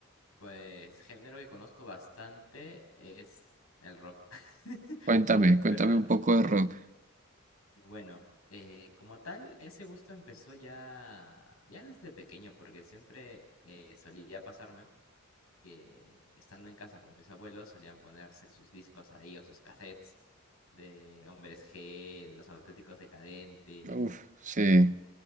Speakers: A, on the left; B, on the right.
A: Pues género que conozco bastante es el rock. <laughs>
B: Cuéntame,
A: El rock
B: cuéntame
A: peruano.
B: un poco de rock.
A: Bueno, eh, como tal, ese gusto empezó ya, ya desde pequeño, porque siempre eh, solía pasarme que estando en casa con mis abuelos solían ponerse sus discos ahí o sus cassettes de Hombres G, de los Auténticos Decadentes.
B: Uf, sí.